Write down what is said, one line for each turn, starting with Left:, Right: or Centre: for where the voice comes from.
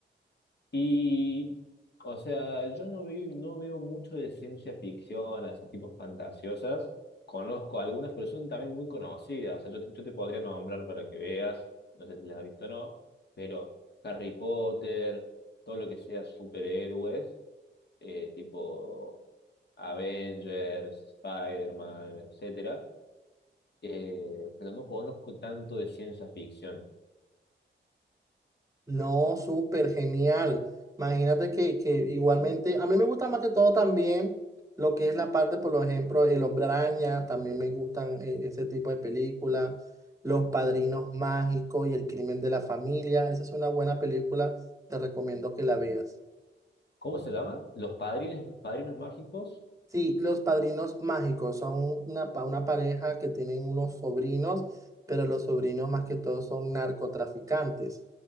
Left: Y, o sea, yo no, vi, no veo mucho de ciencia ficción, así tipo fantasiosas. Conozco algunas, pero son también muy conocidas. O sea, yo, te yo te podría nombrar para que veas, no sé si las has visto o no, pero Harry Potter, todo lo que sea superhéroes, eh, tipo Avengers, Spider-Man, etcétera. Eh, pero no conozco tanto de ciencia ficción.
Right: No, súper genial. Imagínate que, que igualmente, a mí me gusta más que todo también lo que es la parte, por ejemplo, El Hombre Araña, también me gustan eh, ese tipo de películas, Los Padrinos Mágicos y El Crimen de la Familia. Esa es una buena película, te recomiendo que la veas.
Left: ¿Cómo se llama? ¿Los padrinos, padrinos mágicos?
Right: Sí, los padrinos mágicos son una, pa- una pareja que tienen unos sobrinos, pero los sobrinos más que todo son narcotraficantes.